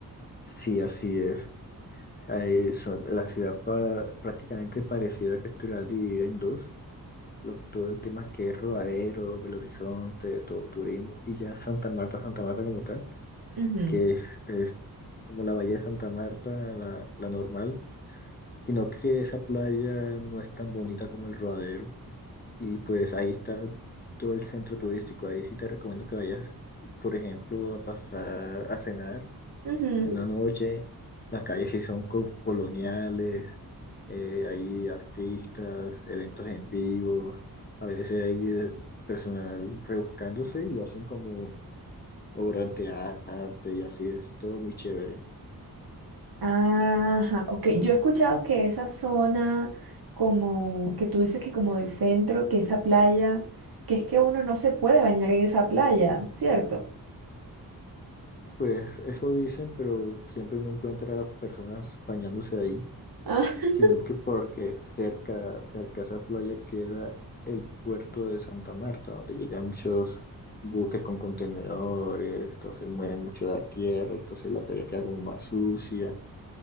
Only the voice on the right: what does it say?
Ujú,
ujú.
Ajá, ok. Yo he escuchado que esa zona, como que tú dices que como del centro, que esa playa, que es que uno no se puede bañar en esa playa, ¿cierto?
Ajá.